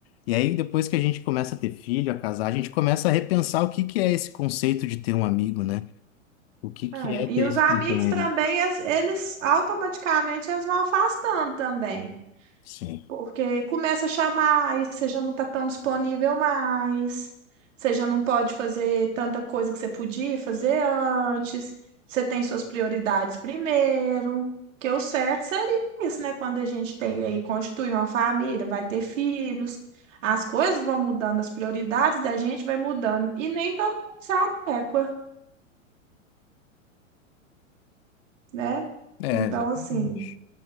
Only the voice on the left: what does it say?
E aí, depois que a gente começa a ter filho, a casar, a gente começa a repensar o que que é esse conceito de ter um amigo, né? O que que
é
ter
esse
companheiro?
Sim.
É,
exatamente.